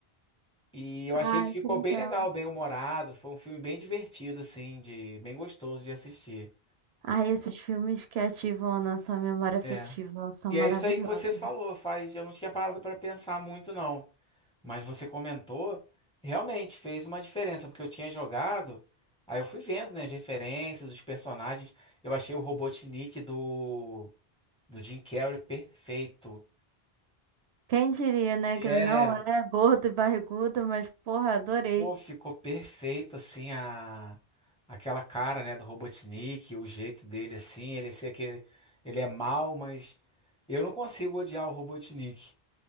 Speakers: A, in the centre; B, on the right (about 80°).
A: E eu achei
B: Ai,
A: que ficou
B: que legal.
A: bem legal, bem humorado. Foi um filme bem divertido, assim, de bem gostoso de assistir.
B: Ah, esses filmes que ativam a nossa memória afetiva
A: É.
B: são
A: E
B: maravilhosos.
A: é isso aí que você falou, faz. Eu não tinha parado para pensar muito, não. Mas você comentou, realmente fez uma diferença, porque eu tinha jogado, aí eu fui vendo, né, as referências, os personagens. Eu achei o Robotnik do, do Jim Carrey perfeito.
B: Quem diria, né,
A: É,
B: que ele não é gordo e barrigudo, mas porra, adorei.
A: Pô, ficou perfeito, assim, a... aquela cara, né, do Robotnik, o jeito dele, assim, ele ser aquele... Ele é mau, mas eu não consigo odiar o Robotnik.